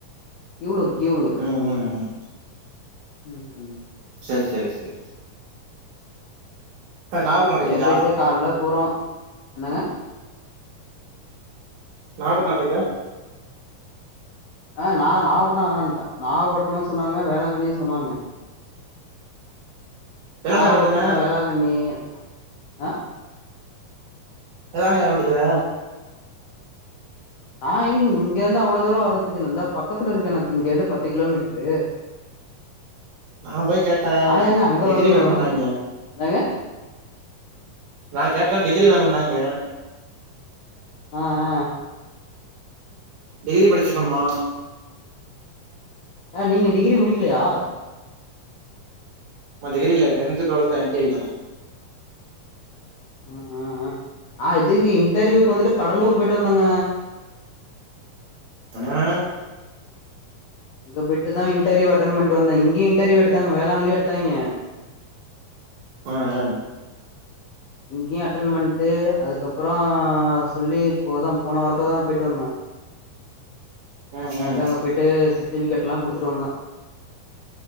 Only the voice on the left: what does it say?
கீவ்ளூர் கீவளூரு
ம் ம்
அட்டே
போய்ட்டு கால்ல போறோ என்னங்க
ஆ நா நாவ்ப்பட்னோ வேனான்ட்டே நாவ்ப்பட்னோ சொன்னாங்க வேளாங்கண்ணியு சொன்னாங்க
நாகப்பட்ணோ
வேளாங்கண்ணி ஆ
நா எங்கங் இங்க இருந்து அவ்ளோ தூர வரதுக்குன்னு இந்தா பக்கத்துல இருக்கு எனக்கு இங்க இந்து பத்து கிலோமீட் டரு
நா ஏங்க அங்க
வர்ணு
என்னங்க
ஆ ஆ
ஆ நீங்க டிகிரி முடிக்லையா
ஆ ஆ ஆ அ இதுக்கு இன்டர்வியூக்கு வந்துட்டு கடலூர் போயிட்டு வந்தங்க
அங்க போய்டு தா இண்டர்வியூ அட்டன் பண்ட்டு வந்த இங்கே இண்டர்வியூ எடுத்தாங்க வேளாங்கண்லியு எடுத்தாங்கே
இங்கயு அட்டன் பண்ட்டு அதுக்கப்பறோ சொல்லி இப்போ தா போன வாரத்து தா போயிட்டு வந்தே
போய்ட்டு
அங்க போய்ட்டு சர்டிபிஃகேட்லா குடுத்துட்டு வந்த